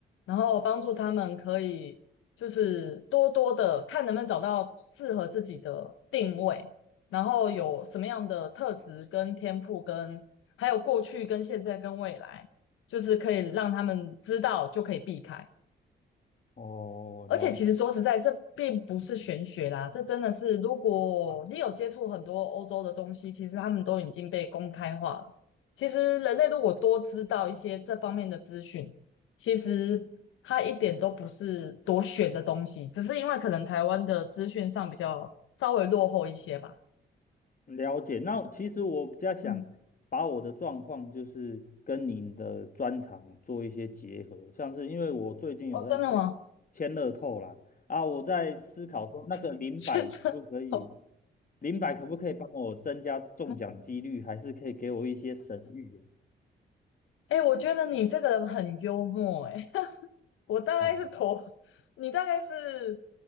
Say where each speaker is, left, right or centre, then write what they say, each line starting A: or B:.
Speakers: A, on the left (about 80°); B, on the left (about 40°).
A: 然后帮助他们可以就是多多的看能不能找到适合自己的定位，然后有什么样的特质跟天赋跟，还有过去跟现在跟未来，就是可以让他们知道就可以避开。
B: 哦，
A: 而且其实说实在，
B: 了
A: 这并不是玄学啦，这真的是，如果你有接触很多欧洲的东西，其实他们都已经被公开化了。其实人类如果多知道一些这方面的资讯，其实它一点都不是多玄的东西，只是因为可能台湾的资讯上比较稍微落后一些吧。
B: 了解，那其实我比较想把我的状况，
A: 嗯，
B: 就是跟您的专长做一些结合，像是因为我最近有在签
A: 哦，真的吗？
B: 签乐透啦，啊，我在思考说那个零百可不可以，
A: <laughs> 真的哦，
B: 零百可不可以帮我增加中奖几率，
A: <laughs>
B: 还是可以给我一些神谕
A: 哎，我觉得你这个人很幽默，哎。我大概是头，
B: 啊？
A: 你大概是